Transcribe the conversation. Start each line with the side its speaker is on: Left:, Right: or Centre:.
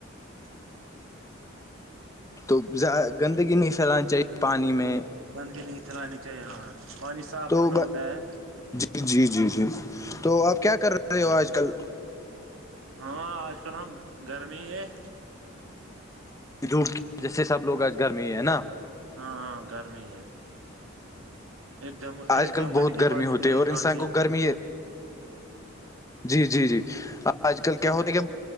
Left: تو ز گندگی نہیں پھیلانی چاہیے پانی میں
Right: بندگ نہیں چلانی چاہیے ہاں پانی صاف
Left: تو
Right: رکھنا
Left: میں
Right: ہوتا ہے
Left: جی جی جی جی تو آپ کیا کر رہے
Right: ہاں
Left: ہو آج کل
Right: ہاں آج کل ہم گرمی ہی ہیں
Left: دور کی وجہ سے سب لوگ آج گرمی ہے نا
Right: ہاں ہاں گرمی ہے ایک د
Left: آج
Right: ایک
Left: کل
Right: د مہینے
Left: بہت
Right: کے
Left: گرمی
Right: بعد
Left: ہوتی
Right: نکلیں
Left: ہے اور
Right: گے
Left: انسان
Right: کانتے
Left: کو گرمی جی جی جی آج کل کیا ہوتا کیا